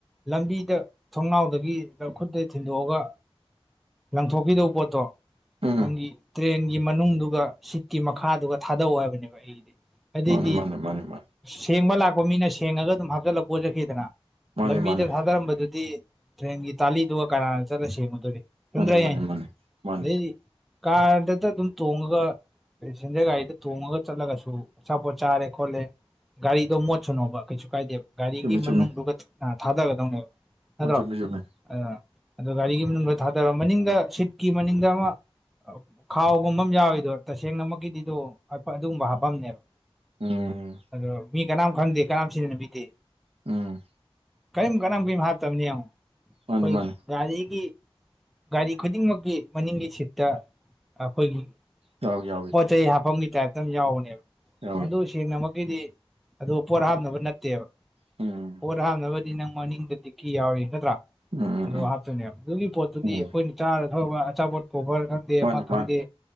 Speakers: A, in the centre; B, on the right.
A: ꯂꯝꯕꯤꯗ ꯊꯣꯡꯅꯥꯎꯗꯒꯤ ꯈꯨꯠꯀ ꯊꯤꯟꯗꯣꯛꯑꯒ ꯂꯪꯊꯣꯛꯈꯤꯗꯧ ꯄꯣꯠꯇꯣ
B: ꯎꯝ
A: ꯅꯪꯒꯤ ꯇ꯭ꯔꯦꯟꯒꯤ ꯃꯅꯨꯡꯗꯨꯒ ꯁꯤꯠꯀꯤ ꯃꯈꯥꯗꯨꯒ ꯊꯥꯗꯧ ꯍꯥꯏꯕꯅꯦꯕ ꯑꯩꯒꯤꯗꯤ ꯑꯗꯨꯏꯗꯤ
B: ꯃꯥꯅꯦ ꯃꯥꯅꯦ ꯃꯥꯅꯦ ꯃꯥꯅꯦ
A: ꯁꯦꯡꯕ ꯂꯥꯛꯄ ꯃꯤꯅ ꯁꯦꯡꯉꯒ ꯑꯗꯨꯝ ꯍꯥꯞꯆꯜꯂꯒ ꯄꯨꯔ ꯆꯠꯈꯤꯗꯅ
B: ꯃꯥꯅꯦ
A: ꯂꯝꯕꯤꯗ
B: ꯃꯥꯅꯦ
A: ꯊꯥꯗꯔꯝꯕꯗꯨꯗꯤ ꯇ꯭ꯔꯦꯟꯒꯤ ꯇꯥꯂꯤꯗꯨꯒ ꯀꯅꯥꯅ ꯆꯠꯂ ꯁꯦꯡꯉꯨꯗꯧꯔꯤ ꯆꯨꯝꯗ꯭ꯔꯥ
B: ꯃꯥꯅꯦ
A: ꯑꯩ
B: ꯃꯥꯅꯦ
A: ꯍꯥꯢꯖꯦ
B: ꯃꯥꯅꯦ ꯃꯥꯅꯦ
A: ꯑꯗꯩꯗꯤ ꯀꯥꯔꯗꯇ ꯑꯗꯨꯝ ꯇꯣꯡꯉꯒ ꯄꯦꯁꯦꯟꯖꯔ ꯒꯥꯔꯤꯗ ꯊꯣꯡꯉꯒ ꯆꯠꯂꯒꯁꯨ ꯑꯆꯥꯄꯣꯠ ꯆꯥꯔꯦ ꯈꯣꯠꯂꯦ ꯒꯥꯔꯤꯗꯣ ꯃꯣꯠꯁꯅꯣꯕ ꯀꯩꯁꯨ ꯀꯥꯏꯗꯦꯕ ꯒꯥꯔꯤꯒꯤ
B: ꯆꯨꯝꯃꯤ ꯆꯨꯝꯃꯤ
A: ꯃꯅꯨꯡꯗꯨꯒ ꯊꯥꯗꯒꯗꯧꯅꯦꯕ ꯅꯠꯇ꯭ꯔꯣ
B: ꯎꯝ ꯆꯨꯝꯃꯤ ꯆꯨꯝꯃꯤ
A: ꯑꯗꯨꯅ ꯑꯗꯨ ꯒꯥꯔꯤꯒꯤ ꯃꯅꯨꯡꯗ ꯂꯣꯏ ꯊꯥꯗꯔꯣ ꯃꯅꯤꯡꯗ ꯁꯤꯠꯀꯤ ꯃꯅꯤꯡꯗ ꯑꯃ ꯈꯥꯎꯒꯨꯝꯕ ꯑꯃ ꯌꯥꯎꯔꯤꯗꯣ ꯇꯁꯦꯡꯅꯃꯛꯀꯤꯗꯤꯗꯣ ꯑꯄ ꯑꯗꯨꯒꯨꯝꯕ ꯍꯥꯞꯄꯝꯅꯦꯕ
B: ꯎꯝ
A: ꯑꯗꯣ ꯃꯤ ꯀꯅꯥꯝ ꯈꯪꯗꯦ ꯀꯅꯥꯝ ꯁꯤꯖꯟꯅꯕꯤꯗꯦ
B: ꯎꯝ
A: ꯀ꯭ꯌꯤꯝ ꯀꯅꯥꯝ ꯀꯩꯝ ꯍꯥꯞꯇꯝꯅꯦ ꯌꯦꯡꯉꯣ
B: ꯃꯥꯅꯤ
A: ꯈꯣꯢ
B: ꯃꯥꯅꯤ
A: ꯒꯥꯔꯤꯒꯤ ꯒꯥꯔꯤ ꯈꯨꯗꯤꯡꯃꯛꯀꯤ ꯃꯅꯤꯡꯒꯤ ꯁꯤꯠꯇ ꯑꯈꯣꯢꯒꯤ
B: ꯌꯥꯎꯏ ꯌꯥꯎꯏ
A: ꯄꯣꯠ ꯆꯩꯩ ꯍꯥꯐꯝꯒꯤ ꯇꯥꯏꯞꯇ ꯑꯝ ꯌꯥꯎꯕꯅꯦꯕ
B: ꯌꯥꯎꯏ
A: ꯃꯗꯨ ꯁꯦꯡꯅꯃꯛꯀꯤꯗꯤ ꯑꯗꯨ ꯄꯣꯠ ꯍꯥꯞꯅꯕ ꯅꯠꯇꯦꯕ
B: ꯎꯝ
A: ꯄꯣꯠ ꯍꯥꯞꯅꯕꯗꯤ ꯅꯪ ꯃꯅꯤꯡꯗꯤ ꯗꯤꯀꯤ ꯌꯥꯎꯔꯤ ꯅꯠꯇ꯭ꯔꯥ
B: ꯎꯝ ꯎꯝ
A: ꯑꯗꯨ
B: ꯎꯝ
A: ꯍꯥꯞꯇꯣꯢꯅꯦꯕ ꯑꯗꯨꯒꯤ ꯄꯣꯠꯇꯨꯗꯤ
B: ꯎꯝ
A: ꯑꯩꯈꯣꯢꯅ ꯆꯥꯔ ꯊꯛꯎꯕ ꯑꯆꯥꯄꯣꯠ ꯀꯣꯕꯔ ꯈꯪꯗꯦ
B: ꯃꯥꯅꯤ
A: ꯑꯃ ꯈꯪꯗꯦ
B: ꯃꯥꯅꯤ